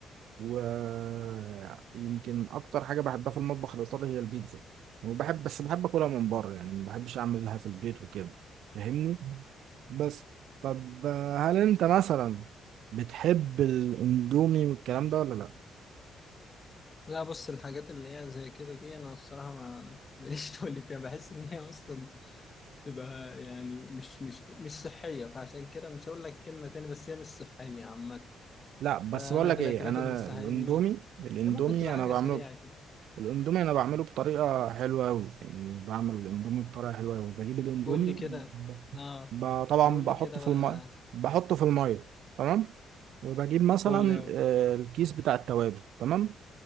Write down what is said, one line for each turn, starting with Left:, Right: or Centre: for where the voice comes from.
Right: ويمكن اكتر حاجه بحبها في المطبخ الايطالي هي البيتزا وبحب بس بحب اكلها من بره يعني ما بحبش اعملها في البيت وكده فاهمني بس طب آه، هل انت مثلا بتحب الاندومي والكلام ده ولا لا
Left: لا بص الحاجات اللي هي زي كده دي انا الصراحه ما ماليش <laughs> تقول فيها بحس ان هي اصلا بتبقى يعني مش مش مش صحيه فعشان كده مش هقول لك كلمه تاني بس هي مش صحيه عامه
Right: لا بس
Left: فانا
Right: بقول لك
Left: في الاكلات
Right: ايه انا
Left: المش صحيه
Right: الاندومي
Left: دي ما-
Right: الاندومي
Left: هي ممكن تبقى حاجه
Right: انا بعمله
Left: سريعه كده
Right: الاندومي انا بعمله بطريقه حلوه قوي يعني بعمل الاندومي بطريقه حلوه قوي بجيب الاندومي
Left: قول لي كده
Right: ب...
Left: اه
Right: ب... طبعا
Left: بقول
Right: بحطه
Left: لي كده بقى
Right: في الميه بحطه في الميه تمام وبجيب مثلا
Left: فول أوي.
Right: آه، الكيس بتاع التوابل تمام